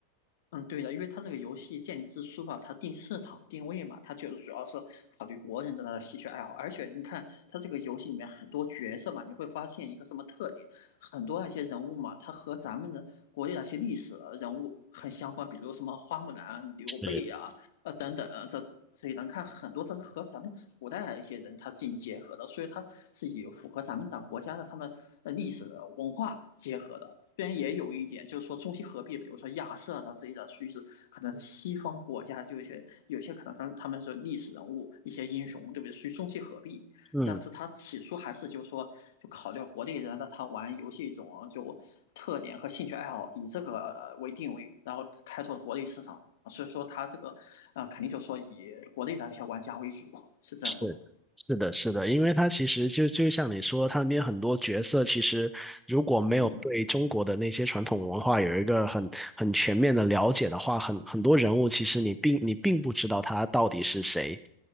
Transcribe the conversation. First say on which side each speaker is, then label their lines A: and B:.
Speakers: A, on the left; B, in the centre.
A: 嗯，对的，因为它这个游戏建立之初吧，它定市场定位嘛，它就是主要是考虑国人的那个兴趣爱好。而且你看，它这个游戏里面很多角色嘛，你会发现一个什么特点？很多那些人物嘛，它和咱们的国内那些历史人物很相关，比如什么花木兰、刘备呀、
B: 对，
A: 呃等等呃这这些人看很多，这是和咱们古代一些人他进行结合的，所以它是有符合咱们的国家的他们呃历史文化结合的。虽然也有一点，就是说中西合璧，比如说亚瑟这之类的于是可能是西方国家就有些有些可能他他们是历史人物一些英雄，对不对？属于中西合璧但是他起初还是就说，
B: 嗯。
A: 就考虑到国内人的他玩游戏一种就特点和兴趣爱好，以这个为定位，然后开拓国内市场。所以说他这个，呃，肯定就说以国内的一些玩家为主，是这种。
B: 对，是的，是的，因为他其实就就像你说，他里面很多角色其实如果没有对中国的那些传统文化有一个很很全面的了解的话，
A: 嗯，
B: 很很多人物其实你并你并不知道他到底是谁。